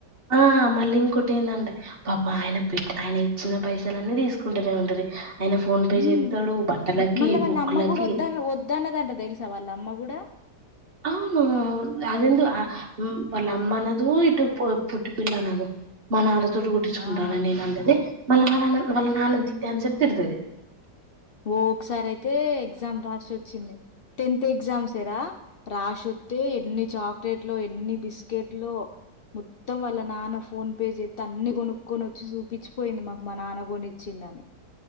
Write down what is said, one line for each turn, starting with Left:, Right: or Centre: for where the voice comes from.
Right: ఆ మళ్ళీ ఇంకొట్టిందంటే పాపం ఆయన బిడ్డ ఆయన ఇచ్చిన పైసలన్నీ తీసుకుంటనే ఉంటది ఆయన ఫోన్ పే
Left: హ్మ్.
Right: చెత్తాడు బట్టలకి
Left: మళ్ళా వాళ్ళ
Right: బుక్
Left: అమ్మ
Right: లకి
Left: కూడా వద్ద వద్దన్నదంట తెలుసా వాళ్ళ అమ్మ కూడా
Right: అవును అదెందో
Left: హ్మ్.
Right: ఆ వాళ్ల ఆమ్ మనదు ఇటు పుట్టి పల్ల అనదు మ నాన్నతోటి గుట్టించుకుంటా
Left: ఆ!
Right: అని అంటది మళ్ళా వాళ్ళ వాళ్ళ నాన్నని తిట్టెంత సేపు తిడతది
Left: ఓ ఒకసారి అయితే ఎగ్జామ్ రాసి వచ్చింది టెన్త్ ఎగ్జామ్స్రా రాసోత్తే ఎన్ని చాక్లెట్లో ఎన్ని బిస్కెట్లో మొత్తం వాళ్ళ నాన్న ఫోన్ పే చెత్తే అన్ని కొనుక్కొని వచ్చి చూపించిపోయింది మాకు మా నాన్న కొనిచ్చు <unintelligible>